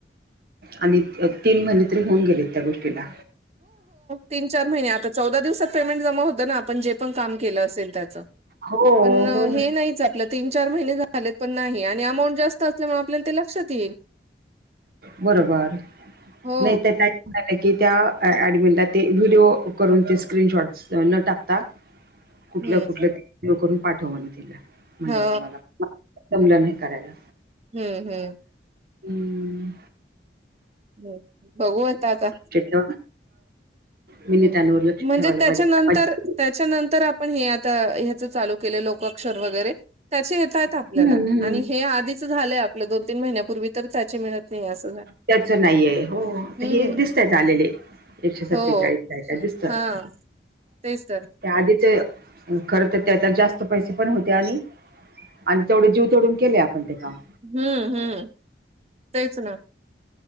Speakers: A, on the right; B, on the right.
A: आणि तीन महिने तरी होऊन गेले त्या गोष्टीला.
B: तीन-चार महिने आता चौदा दिवसात पेमेंट जमा होतं ना आपण जे पण काम केलं असेल त्याचा
A: हो
B: पण
A: हो ना
B: हे नाहीच आपल्यात तीन-चार महिने झालेत पण नाही आणि अमाऊंट जास्त असल्यामुळे आपल्याला ते लक्षात येईल.
A: बरोबर
B: हो
A: नाही तर काय झालं की त्या ऍडमिनला ते व्हिडिओ करून ते स्क्रीनशॉट न टाकता कुठलं
B: हम्म
A: कुठलं करून पाठव म्हणे तिला म्हणल्या
B: हा
A: होत्या मला जमलं नाही करायला.
B: हम्म हम्म.
A: हम्म.
B: हो बघू आता आता
A: चेट मीनि
B: हम्
A: त्यानवर लक्ष
B: म्हणजे
A: ठेवायला
B: त्याच्यानंतर
A: पाहिजे.
B: त्याच्यानंतर आपण हे आता ह्याचा चालू केले लोकाक्षर वगैरे त्याचे येत आहेत आपल्याला
A: हम्म हम्म
B: आणि हे आधीचा झालेय आपलं दोन-तीन महिन्यापूर्वी तर त्याची मिळत नाही अस
A: त्याचा नाहीये हो
B: हम्म
A: हे दिसतायच आलेले एकशे सत्तेचाळीस
B: हो
A: काय-काय दिसतं?
B: हा तेच तर
A: त्या आधीच खरं तर त्याच्यात जास्त पैसे पण होते आणि आणि तेवढे जीव तोडून केले आपण ते काम.
B: हम्म हम्म तेच ना